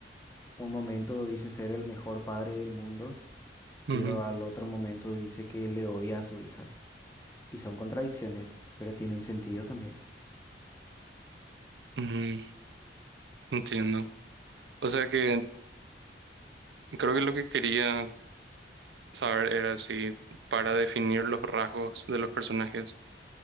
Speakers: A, on the left (about 15°); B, on the right (about 80°).
A: un momento dice ser el mejor padre del mundo,
B: Ujú,
A: pero al otro momento dice que le odia a su hija. Y son contradicciones, pero tienen sentido también.
B: ujú, entiendo. O sea que creo que lo que quería saber era si para definir los rasgos de los personajes,